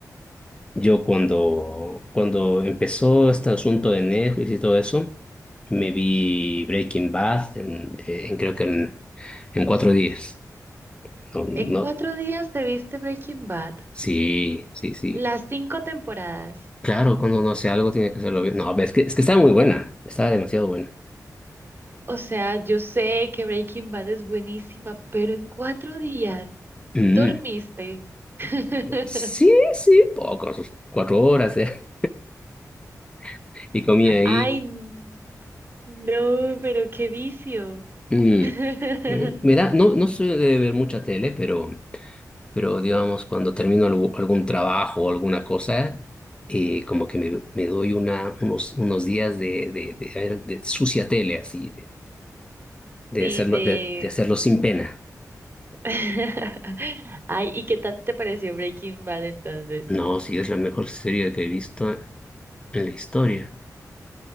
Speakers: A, on the left (about 15°); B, on the right (about 35°).
A: Yo cuando, cuando empezó este asunto de Netflix y todo eso, me vi Breaking Bad en, eh, en creo que en, en cuatro días. No, no,
B: En cuatro días te viste Breaking Bad,
A: sí, sí, sí.
B: las cinco temporadas.
A: Claro, cuando uno hace algo tiene que hacerlo bien. No, es que, es que estaba muy buena, estaba demasiado buena.
B: O sea, yo sé que Breaking Bad es buenísima, pero en cuatro días
A: Mm.
B: dormiste. <laughs>
A: Sí, sí, pocos, cuatro horas, eh, <laughs> Y comía ahí.
B: Ay, n- no, pero qué vicio.
A: Mm.
B: <laughs>
A: Eh, me da, no, no soy de ver mucha tele, pero, pero digamos, cuando termino algu- algún trabajo o alguna cosa, eh, como que me, me doy una, unos, unos días de, de, de, ver- de sucia tele, así, de, de
B: Sí,
A: hacerlo,
B: de...
A: de, de hacerlo sin pena.
B: <laughs> Ay, ¿y qué tal te pareció Breaking Bad entonces?
A: No, sí, es la mejor serie que he visto en la historia.